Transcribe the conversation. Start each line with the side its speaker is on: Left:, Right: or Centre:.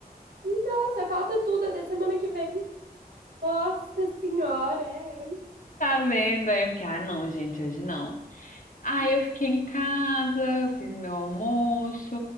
Right: Nossa, falta tudo até semana que vem. Nossa senhora, é.
Left: Tá vendo? Aí eu fiquei, ah, não, gente, hoje não. Aí eu fiquei em casa, eu fiz meu almoço,